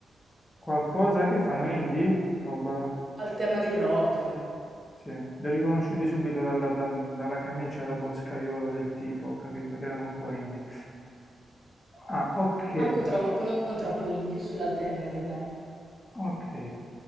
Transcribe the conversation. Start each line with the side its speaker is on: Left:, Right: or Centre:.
Left: qualcosa che fanno indie? Vabbè,
Right: Alternative rock,
Left: sì, li ho riconosciuti subito dalla, da- dalla camicia da boscaiolo del tipo, ho capito che erano un po' indie. Ah, ok,
Right: manco troppo, non troppo indie, più sull'alternative, dai.
Left: Ok,